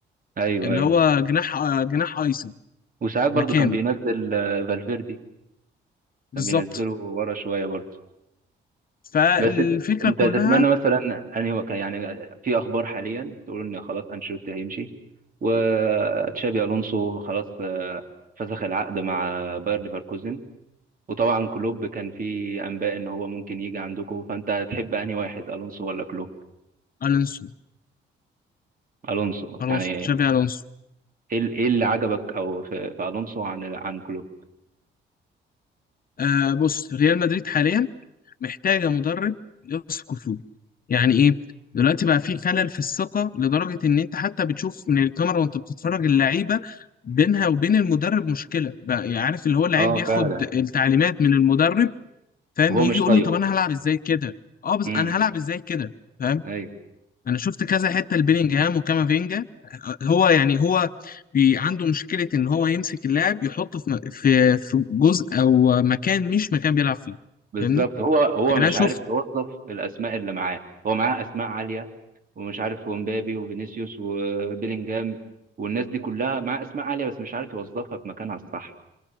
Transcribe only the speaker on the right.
ايوه
ايوه
وساعات برضو
كان بينزل آه، فالفيردي
كان بينزله ورا شويه برضو
بس انت انت
تتمنى مثلا أنهي- وك- يعني في اخبار حاليا تقول ان خلاص انشيلوتي هيمشي وتشابي الونسو خلاص آه، فسخ العقد مع باير ليفركوزن وطبعا كلوب كان في انباء ان هو ممكن يجي عندكم فانت تحب انهي واحد الونسو ولا كلوب
الونسو
يعني
ايه
ال- إيه اللي عجبك او في في الونسو عن عن كلوب
اه
فعلا
هو
مش
طايقه
امم
ايوه
بالظبط
هو هو
مش
عارف يوظف الاسماء اللي معاه هو معاه اسماء عاليه ومش عارف ومبابي وفينيسيوس وبيلينجهام والناس دي كلها معاه اسماء عاليه بس مش عارف يوظفها في مكانها الصح